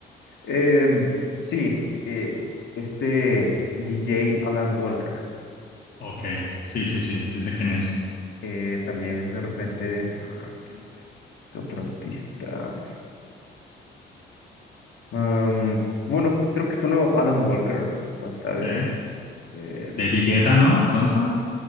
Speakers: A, on the left; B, on the left.
A: Em, sí, eh, este DJ Alan Walker.
B: Ok. Sí, sí, sí, sí sé quién es.
A: eh, también de repente, ah, ¿qué otro artista? Am, bueno, creo que solo Alan Walker, pues, ¿sabes?
B: Sí.
A: Em,
B: De Guetta, ¿no? De pronto.